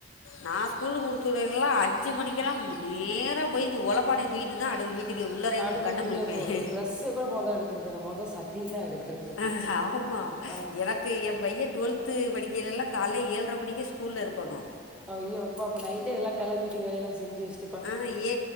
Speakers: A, on the left (about 90°); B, in the centre.
A: நா ஸ்கூலு குடுத்துவுட எல்லா அஞ்சு மணிக்கெல்லா நேராபோய் ஓலப்பாணய தூக்கிட்டு தா அடு வீட் டுக்கு உள்ளாரையே
B: அடு
A: கண்ணமுளிப்பே
B: வீட்டுக்குள்ளே போறது ட்ரெஸ்ஸ கூட மொத எடுக்கறது இல்ல மொத சட்டி தா எடுக்கறது
A: ஆ ஆமா
B: ஆ
A: எனக் கு என் பைய டுவல்த்து படிக்கையிலலா கால்ல ஏழர மணிக்கு ஸ்கூல்ல இருக்கணு
B: ஐய்யோ அப்பா அப்ப நைட்டே எல்லா கெளம்பிட்டு வேலயெல்லா செஞ்சு வெச்
A: ஆ ஏ